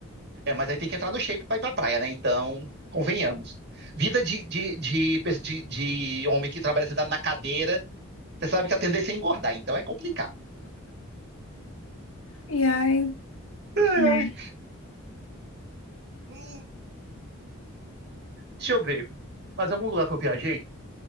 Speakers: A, on the right; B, on the left.
A: É, mas aí tem que entrar no shape pra ir pra praia, né? Então, convenhamos. Vida de, de, de, pe- de, de homem que trabalha sentado na cadeira, você sabe que a tendência é engordar, então é complicado.
B: E aí,
A: Ai,
B: é.
A: ai. Hum, deixa eu ver. Mas algum lugar que eu viajei?